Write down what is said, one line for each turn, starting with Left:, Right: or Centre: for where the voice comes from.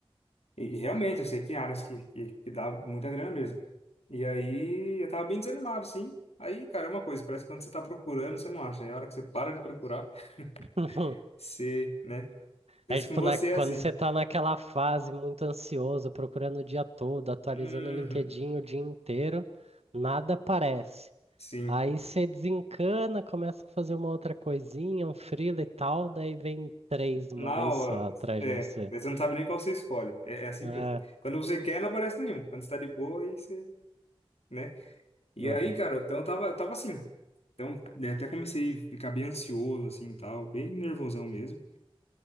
Left: E e realmente, eu sei que tem áreas que, que, que dá muita grana mesmo. E aí, eu tava bem desanimado, sim. Aí, cara, é uma coisa, parece que quando você tá procurando, você não acha. Aí, a hora que você para de procurar, <laughs>
Right: <laughs>
Left: você, né? Isso
Right: É tipo,
Left: com você
Right: na, quando
Left: é assim.
Right: você tá naquela fase muito ansioso, procurando o dia todo, atualizando
Left: Uhum,
Right: o LinkedIn o dia inteiro, nada aparece.
Left: sim.
Right: Aí você desencana, começa a fazer uma outra coisinha, um freela e tal, daí vem três de
Left: Na
Right: uma vez
Left: hora.
Right: só atrás
Left: É,
Right: de você.
Left: daí você não sabe nem qual você escolhe. É, é assim
Right: É,
Left: mesmo. Quando você quer, não aparece nenhum. Quando você tá de boa, aí você, né? E
Right: aham.
Left: aí, cara, então eu tava, eu tava assim. Então, né, até comecei a ficar bem ansioso, assim, e tal, bem nervosão mesmo.